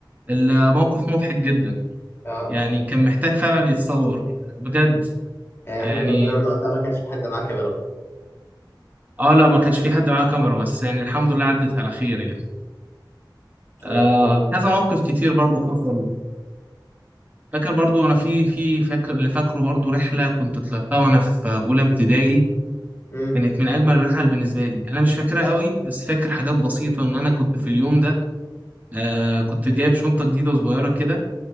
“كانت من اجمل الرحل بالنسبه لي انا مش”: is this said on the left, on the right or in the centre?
Right